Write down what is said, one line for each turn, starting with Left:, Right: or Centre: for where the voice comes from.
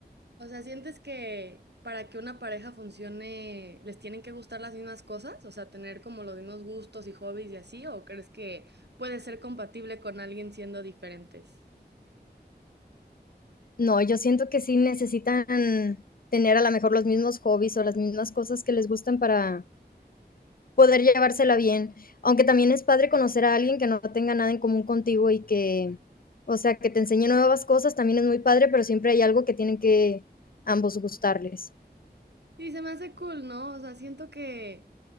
Right: O sea, ¿sientes que para que una pareja funcione les tienen que gustar las mismas cosas? O sea, tener como los mismos gustos y hobbies y así, ¿o crees que puede ser compatible con alguien siendo diferentes?
Left: No, yo siento que sí necesitan tener a lo mejor los mismos hobbies o las mismas cosas que les gustan para, poder llevársela bien, aunque también es padre conocer a alguien que no tenga nada en común contigo y que, o sea, que te enseñe nuevas cosas, también es muy padre, pero siempre hay algo que tienen que ambos gustarles.
Right: Y se me hace cool, ¿no? O sea, siento que